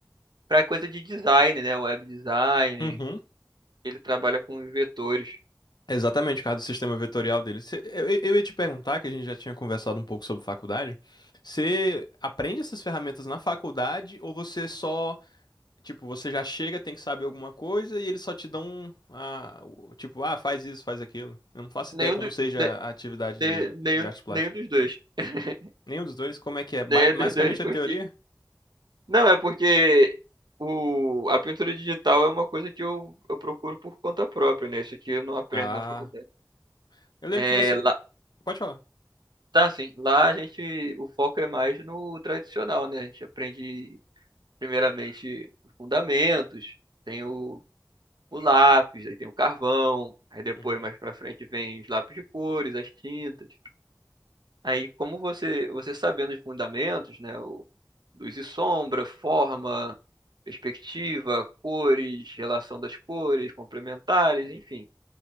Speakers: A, on the right; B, on the left.
A: pra coisa de design, né? Web design,
B: Uhum.
A: ele trabalha com vetores.
B: Exatamente, por causa do sistema vetorial dele. Você- Eu, eu- eu ia te perguntar, que a gente já tinha conversado um pouco sobre faculdade. Você aprende essas ferramentas na faculdade ou você só Tipo, você já chega, tem que saber alguma coisa e eles só te dão um, a, o- tipo, ah, faz isso, faz aquilo. Eu não faço
A: Nenhum,
B: ideia como
A: do,
B: seja
A: de-
B: a atividade
A: de-
B: de,
A: nenhum,
B: de arte plástica.
A: nenhum dos dois. <laughs>
B: Nenhum dos dois, como é que é? Ba-
A: Nenhum
B: Basicamente
A: dos dois,
B: a
A: porque
B: teoria?
A: Não, é porque o, a pintura digital é uma coisa que eu, eu procuro por conta própria, né? Isso aqui eu não aprendo
B: Ah,
A: na faculdade.
B: eu lembro
A: É,
B: que você.
A: lá,
B: Pode falar.
A: tá, assim, lá a gente, o foco é mais no tradicional, né? A gente aprende primeiramente os fundamentos, tem o, o lápis, aí tem o carvão, aí depois
B: Uhum.
A: mais pra frente vem os lápis de cores, as tintas. Aí, como você, você sabendo os fundamentos, né, o, luz e sombra, forma, perspectiva, cores, relação das cores, complementares, enfim.